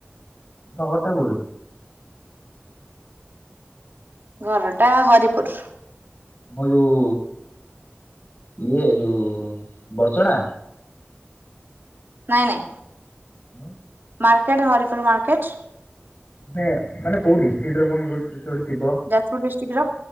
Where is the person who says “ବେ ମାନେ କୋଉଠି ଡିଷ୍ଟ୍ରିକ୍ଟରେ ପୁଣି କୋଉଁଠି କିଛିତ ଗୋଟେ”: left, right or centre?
Left